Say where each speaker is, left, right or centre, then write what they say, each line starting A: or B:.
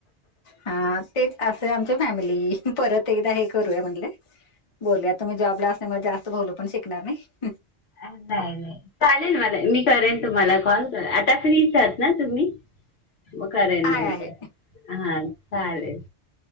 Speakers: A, on the left; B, on the left.
A: हा तेच असं आमच्या फॅमिली परत एकदा हे करूय म्हणल बोलूया तूम्ही जॉबला असल्यामुळं जास्त बोलू पण शकणार नाही.
B: नाही नाही. चालेल मला मी करेन तुम्हाला कॉल आता फ्रीच आहात ना तुम्ही. मग करेल
A: आहे
B: नंतर.
A: आहे
B: हा चालेल.